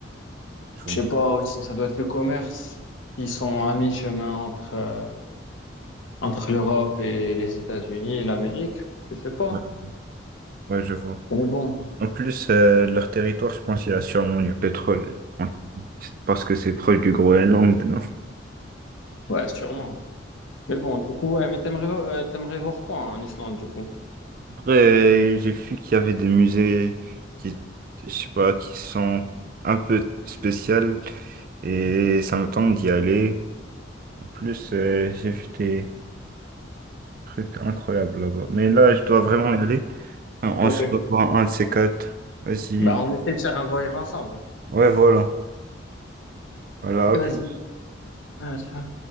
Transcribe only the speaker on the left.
Je sais pas aussi, ça doit être le commerce. Ils sont à mi-chemin entre. euh, Entre l'Europe et les États-Unis et l'Amérique, je sais pas.
Mais bon,
ouais, sûrement. Mais bon, du coup, ouais, mais t'aimerais, vo- euh, t'aimerais voir quand en Islande, du coup?
Ok.
Bah, on essaie de faire un voyage ensemble.
Vas-y.
Ah, tiens.